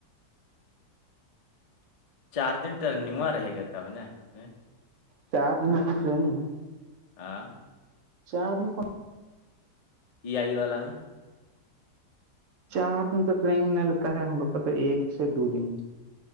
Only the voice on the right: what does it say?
چار دن پچ نہیں
چار دن کو
چار دن تو ٹرین نہیں لیتا ہے ہم لوگ کا تو ایک سے دو دن